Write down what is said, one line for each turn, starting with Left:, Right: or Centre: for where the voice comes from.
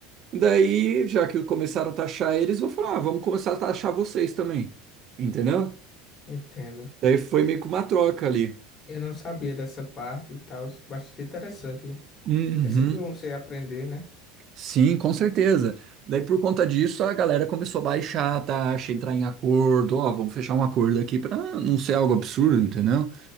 Right: Daí, já que começaram a taxar eles, vou falar, ah, vamos começar a taxar vocês também, entendeu?
Left: entendo.
Right: Daí foi meio que uma troca ali.
Left: Eu não sabia dessa parte e tal, bastante interessante.
Right: Uhum.
Left: É sempre bom você aprender, né?
Right: Sim, com certeza. Daí, por conta disso, a galera começou a baixar a taxa, entrar em acordo. Ó, vamos fechar um acordo aqui para não ser algo absurdo, entendeu?